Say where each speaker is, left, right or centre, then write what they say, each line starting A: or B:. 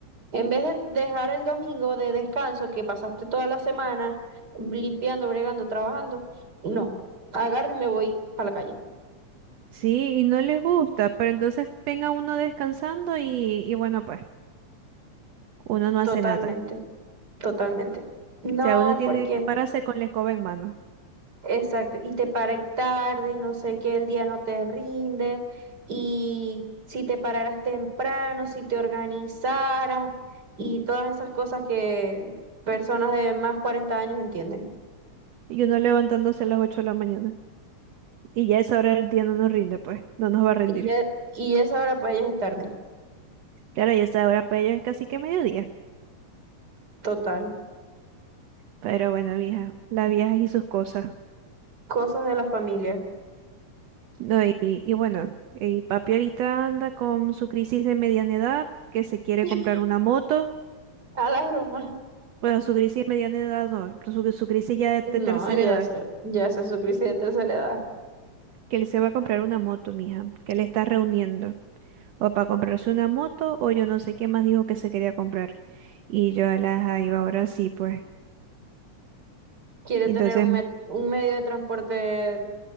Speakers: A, on the right; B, on the right.
A: En vez de dejar el domingo de descanso que pasaste toda la semana limpiando, bregando, trabajando, no, agarro y me voy para la calle.
B: Sí, y no les gusta, pero entonces venga uno descansando y, y bueno, pues uno no hace
A: Totalmente,
B: nada.
A: totalmente. No,
B: O sea, uno tiene
A: porque
B: que pararse con la escoba en mano
A: Exacto, y te paras tarde y no sé qué, el día no te rinde, y si te pararas temprano, si te organizaras, y todas esas cosas que personas de más 40 años entienden.
B: y uno levantándose a las ocho de la mañana. Y ya a esa hora del día no nos rinde, pues, no nos va a rendir.
A: Y ya, y ya esa hora para ellas es tarde,
B: Claro, y esa hora para ellos es casi que mediodía.
A: total.
B: Pero bueno, mija, las viejas y sus cosas.
A: Cosas de la familia.
B: No, y, y bueno, y papi ahorita anda con su crisis de mediana edad, que se quiere
A: <laughs>
B: comprar una moto.
A: A la broma.
B: Bueno, su crisis de mediana edad no, su, su crisis ya de, de
A: No,
B: tercera
A: ya
B: edad,
A: sé, ya sé su crisis de tercera edad.
B: que él se va a comprar una moto, mija, que le está reuniendo. O para comprarse una moto, o yo no sé qué más dijo que se quería comprar. Y yo a la iba ahora sí, pues.
A: Quiere
B: Y
A: tener
B: Entonces,
A: un, me- un medio de transporte